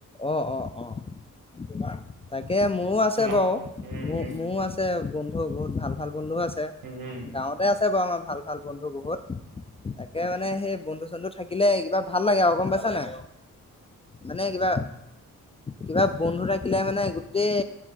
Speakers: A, on the left (about 15°); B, on the right (about 80°).
A: অ অ অ। তোমাৰ? তাকে মোৰো আছে
B: তোমাৰ
A: বাৰু
B: উম
A: ম
B: উম
A: মোৰো আছে বন্ধু বহুত ভাল ভাল বন্ধু আছে।
B: উম উম
A: গাঁৱতে আছে বাৰু আমাৰ ভাল ভাল বন্ধু বহুত। তাকে মানে সেই বন্ধু চন্ধু থাকিলে কিবা ভাল লাগে অ গম পাইছ নাই, মানে কিবা কিবা বন্ধু থা কিলে মানে গোটেই